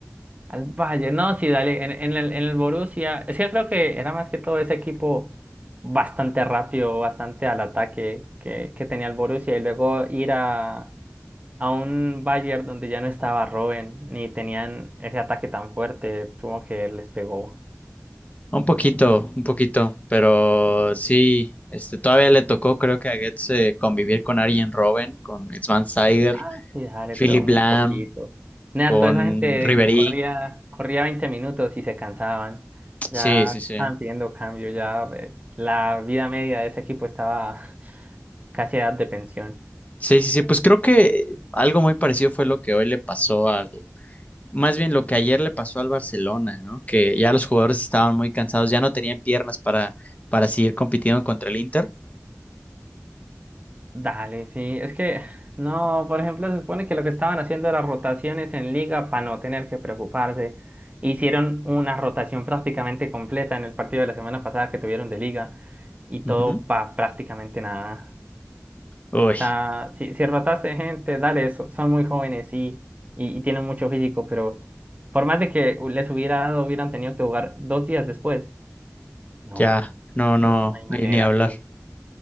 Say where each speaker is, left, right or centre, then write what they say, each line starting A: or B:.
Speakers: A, on the right (about 30°); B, on the left (about 25°).
A: Al Valle, no, sí, dale, en, en el, en el Borussia. Es que creo que era más que todo ese equipo bastante rápido, bastante al ataque que, que tenía el Borussia y luego ir a a un Bayern donde ya no estaba Robben, ni tenían ese ataque tan fuerte, supongo que les pegó.
B: Un poquito, un poquito, pero sí, este, todavía le tocó, creo que a Goetz eh, convivir con Arjen Robben, con Sven Saiger,
A: Ah, sí, dale,
B: Philip
A: pero muy
B: Lahm,
A: poquito. Nada,
B: con
A: toda esa gente
B: Ribery.
A: corría, corría 20 minutos y se cansaban. Ya
B: Sí, sí,
A: estaban
B: sí.
A: pidiendo cambio, ya eh, la vida media de ese equipo estaba <laughs> casi a edad de pensión.
B: Sí, sí, sí, pues creo que algo muy parecido fue lo que hoy le pasó al, más bien lo que ayer le pasó al Barcelona, ¿no? Que ya los jugadores estaban muy cansados, ya no tenían piernas para, para seguir compitiendo contra el Inter.
A: Dale, sí. Es que, no, por ejemplo, se supone que lo que estaban haciendo era rotaciones en liga para no tener que preocuparse. Hicieron una rotación prácticamente completa en el partido de la semana pasada que tuvieron de liga y
B: Ujú.
A: todo para prácticamente nada.
B: Uy,
A: O sea, si, si rotaste gente, dale, so- son muy jóvenes, sí, y, y tienen mucho físico, pero por más de que les hubiera dado, hubieran tenido que jugar dos días después. No,
B: ya, no, no,
A: no hay manera,
B: ni, ni hablar.
A: sí.